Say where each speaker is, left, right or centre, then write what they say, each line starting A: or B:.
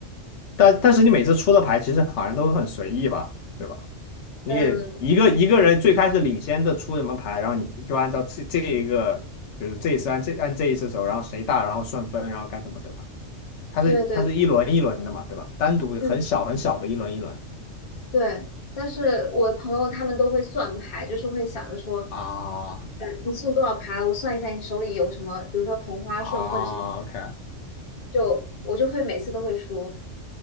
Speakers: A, on the left; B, on the left.
A: 但但是你每次出的牌其实好像都很随意吧，对吧？你给一个一个人最开始领先的出什么牌，
B: 嗯，
A: 然后你就按照这这一个，就是这一次按这按这一次走，然后谁大，然后顺分，然后干什么，对吧？它是它是一轮一轮的嘛，
B: 对对
A: 对吧？单独很小很小的一轮一轮。
B: 嗯对，但是我朋友他们都会算牌，就是会想着说，
A: 啊
B: 呃，你剩多少牌了？我算一下你手里有什么，比如说同花顺或者是
A: 啊，OK。
B: 就我就会每次都会输。